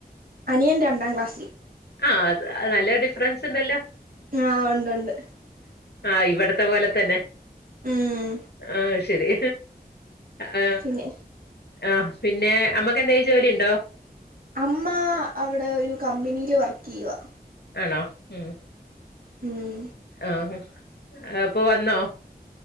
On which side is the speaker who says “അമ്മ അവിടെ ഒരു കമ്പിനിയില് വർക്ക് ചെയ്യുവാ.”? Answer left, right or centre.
Right